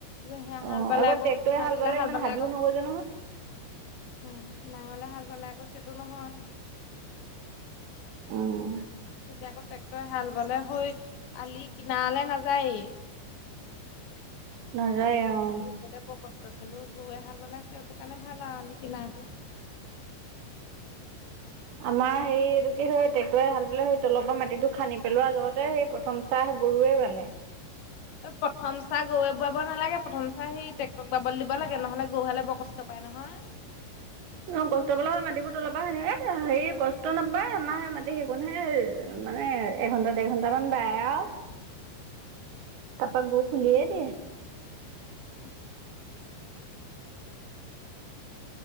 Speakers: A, on the left (about 65°); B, on the right (about 65°).
A: সেয়া
B: অ
A: হাল বালে
B: আগত
A: আকৌ
B: ট্ৰেক্টৰে
A: নেঙালে হাল
B: ইমান
A: বালে
B: হাবিও
A: আকৌ <unintelligible>
B: নগজে
A: উম, নাঙলে হাল বালে আকৌ সেইটো নহয়।
B: অ'।
A: এতিয়া আকৌ ট্ৰেক্টৰে হাল বালে হৈ আলি কিনাৰলে নাযায়ে।
B: নাযায়
A: আলি কিনাৰোৰলে
B: অ
A: বৰ কষ্ট কিন্তু গৈ হাল বানলে সেইহটোৰ কাৰণে ভাল আৰু আলি কিনাবোৰ
B: আমাৰ হে এইটো কি হয় ট্ৰেক্টৰে হাল বেললে সেই তলৰ পৰা মাটিটো খানদি পেলোৱা জহতে সেই প্ৰথম চাহ গৰুৱে পালে।
A: প্ৰথম চাহ গৰুে বোৱাব নালাগে প্ৰথম চাৰ সেই ট্ৰেক্টৰক বাবল দিব লাগে নহ'লে। গৰুহালে বৰ কষ্ট পায় নহয়।
B: অ, কষ্ট পালা হয় মাটিবোৰ তলাবা সেনেক হেৰি কষ্ট নাপায় আমাৰে মাটি সেই ক নহে। মানে এঘন্টা দেৰ ঘন্টামান বায় আৰু তাপা গৌ খুুলিএ দ
A: <inaudible>